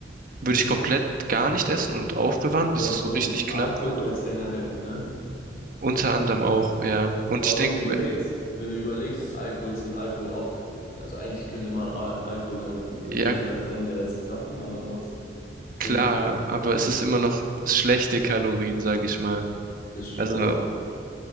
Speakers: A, on the left; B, on the right.
A: Mhm.
B: würde ich komplett gar nicht essen und aufbewahren,
A: Aber
B: bis es
A: warum
B: so richtig knapp
A: Alkohol,
B: wird.
A: weil es länger hält, ne?
B: Unter anderem auch, ja. Und
A: Aber
B: ich denke,
A: wenn du überlegst, wenn du überlegst, ist Alkohol sind Alkohol auch Kalorien. Also eigentlich könnte man Al Alkohol dann natürlich
B: ja,
A: als eine der letzten Sachen, aber trotzdem trinken.
B: klar, aber es ist immer noch schlechte Kalorien, sag ich mal.
A: Das stimmt
B: Also
A: auch.